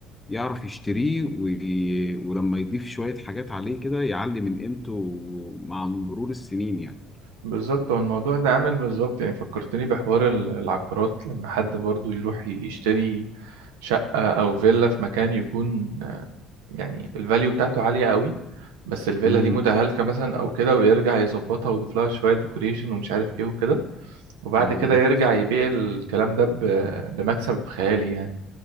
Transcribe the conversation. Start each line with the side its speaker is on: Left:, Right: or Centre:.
Left: يعرف يشتريه وي... ولما يضيف شوية حاجات عليه كده يعلي من قيمته مع مرور السنين يعني
Right: بالظبط هو الموضوع ده عامل بالظبط يعني فكرتني بحوار ال- العقارات لما حد برضو يروح يشتري شقة أو فيلا في مكان يكون يعني الفاليو بتاعته عالية قوي بس الفيلا
Left: امم
Right: دي متهالكة مثلا او كده ويرجع يظبطها ويضيف لها شوية ديكوريشن ومش عارف ايه وكده وبعد
Left: اه
Right: كده
Left: بالظبط
Right: يرجع يبيع الكلام ده ب- بمكسب خيالي يعني